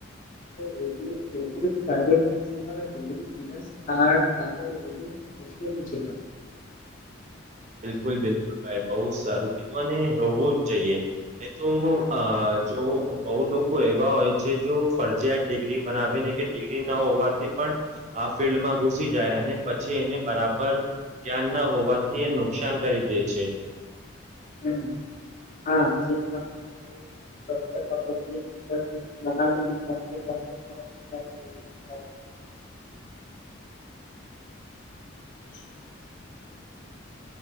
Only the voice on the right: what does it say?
બિલકુલ બિલકુલ ભાઈ બહુ સારું કીધું અને હોવું જ જઈએ એ તો અ જો બહુ લોકો એવા હોય છે જો ફરજીયાત ડિગ્રી બનાવીને કે ડિગ્રી ન હોવાથી પણ આ ફિલ્ડમાં ઘુસી જાય અને પછી એને બરાબર જ્ઞાન ના હોવાથી નુકસાન કરી દે છે.